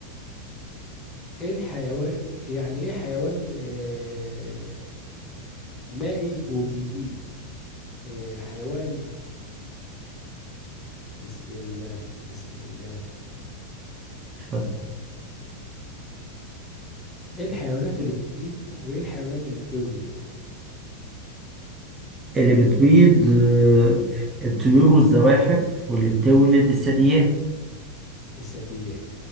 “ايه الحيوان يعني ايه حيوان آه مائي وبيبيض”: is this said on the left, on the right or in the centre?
Left